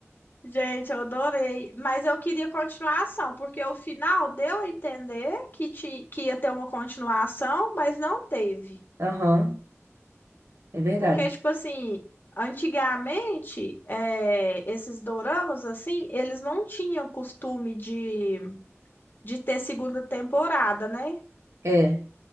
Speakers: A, on the left; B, on the right.
A: gente, eu adorei. Mas eu queria continuação, porque o final deu a entender que, ti- que ia ter uma continuação, mas não teve.
B: Aham, é verdade.
A: Porque, tipo assim, antigamente, é, esses doramas, assim, eles não tinham costume de, de ter segunda temporada, né?
B: É,